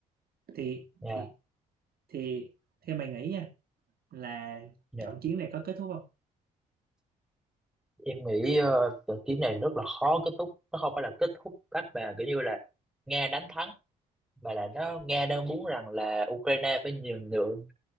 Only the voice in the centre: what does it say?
Dạ,
dạ.
Em nghĩ uh, trận chiến này rất là khó kết thúc. Nó không phải là kết thúc cách mà kiểu như là Nga đánh thắng mà là nó Nga đang muốn rằng là Ukraine phải nhường nhượng